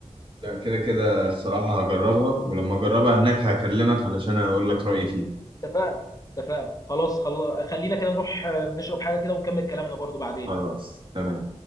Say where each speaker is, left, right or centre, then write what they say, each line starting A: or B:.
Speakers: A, on the right (about 40°); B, on the left (about 30°).
A: لا كده كده الصراحة هجربها ولما أجربها هناك هكلمك علشان أقول لك رأيي فيها
B: اتفقنا اتفقنا خلاص خل... خلينا كده نروح آه، نشرب حاجه كده ونكمل كلامنا برضو بعدين
A: خلاص تمام